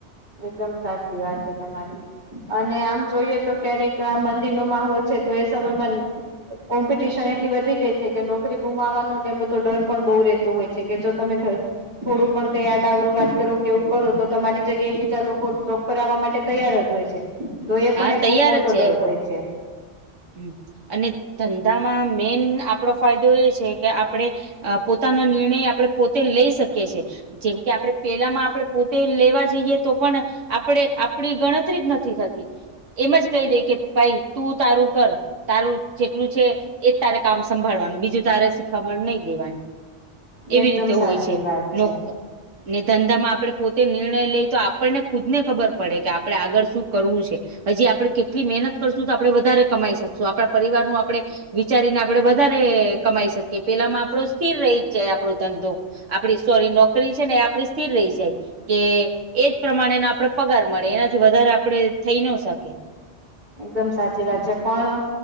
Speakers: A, on the right; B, on the right.
A: એકદમ સાચી વાત છે તમારી. અને આમ જોઈએ તો ક્યારેક મંદિરનો માહોલ છે તો એ સમયમાં કોમ્પિટિશન એટલી વધી છે કે નોકરી ગુમાવાનું ને એ બધ તો ડર પણ બહુ રહેતો હોય છે કે જો તમે ઘ થોડું પણ કઈ આડાઅવડું વાત કરો કેવું કરો તો તમારી જગ્યાએ બી બીજા લોકો ચોક પર આવવા માટે તૈયાર જ હોય છે તો એ
B: હા
A: પણ એક
B: તૈયાર
A: બહુ મોટો
B: જ છે
A: ડર
B: એ
A: હોય છે
B: હમ અને ધંધામાં મેન આપડો ફાયદો એ છે કે આપડે અ પોતાના નિર્ણય આપણે પોતે લઈ શકીએ છીએ જેમકે આપણે પેલામાં આપણે પોતે જ લેવા જઈએ તો પણ આપણે જ આપડી ગણતરી જ નથી થતી એમ જ કહી દે કે ભાઈ તું તારું કર તારું જેટલું છે એજ તારે કામ સંભાળવાનું બીજું તારે શીખામન દેવા એવી
A: એકદમ
B: રીતે
A: સાચી
B: હોય છે
A: વાત છે.
B: લોક ને ધંધામાં આપણે પોતે નિર્ણય લઈ તો આપણને ખુદ ને ખબર પડે કે આપણે આગળ શું કરવું છે હજી આપણે કેટલી મહેનત કરશું તો આપણે વધારે કમાઈ શકશું આપણા પરિવારનું આપણે વિચારીને આપડે વધારે કમાઈ શકીએ પેલામાં આપણો સ્થિર રહી જાય આપણો ધંધો આપડી સોરી નોકરી છે ને એ આપડી સ્થિર રહી જાય કે એજ પ્રમાણેના આપડે પગાર મળે એનાથી વધારે આપડે થઈ ન શકે
A: એકદમ સાચી વાત છે પણ